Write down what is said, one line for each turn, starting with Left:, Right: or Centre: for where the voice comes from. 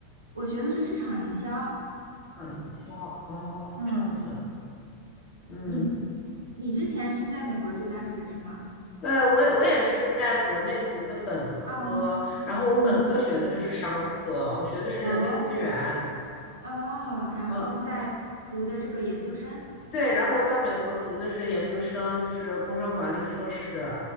Right: 我学的是市场营销。
Left: 啊，营销，哦，
Right: 嗯，
Left: 这样子，嗯，
Right: 你你之前是在美国读大学是吗？
Left: 对，我也我也是在国内读的本科，
Right: 啊，
Left: 然后我本科学的就是商科，
Right: 嗯，
Left: 我学的是人力资源，
Right: 哦哦，然后在读的这个研究生，
Left: 嗯，对，然后我到美国读的是研究生，就是工商管理硕士，